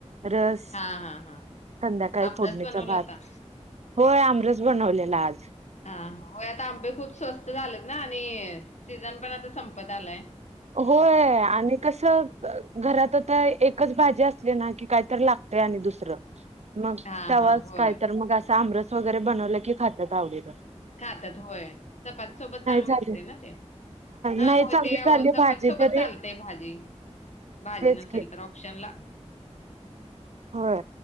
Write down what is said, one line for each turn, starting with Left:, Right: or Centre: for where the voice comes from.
Right: रस.
Left: हां हां हां
Right: संध्याकाळी
Left: आमरस
Right: फोडणीचा
Left: बनवला
Right: भात.
Left: होता?
Right: होय आमरस बनवलेला आज.
Left: हां होय आता आंबे खूप स्वस्त झालेत ना आणि सीजन पण आता संपत आलाय.
Right: होय आणि कस घरात आता एकच भाजी असली ना की काहीतरी लागत. ते आणि दुसर मग
Left: हा
Right: तवाच
Left: हा होय
Right: काय तर मग अस आमरस वगैरे बनवल की खातात आवडीन.
Left: खातात होय चपाती सोबत चांगल
Right: झाली
Left: लागतय ना ते. हा
Right: नाही
Left: होय
Right: चांगली
Left: ते हो
Right: झाली
Left: चपाती
Right: भाजी
Left: सोबत
Right: तरी
Left: चालतय भारी. भाजी
Right: तेच
Left: नसेल
Right: की
Left: तर शनला
Right: होय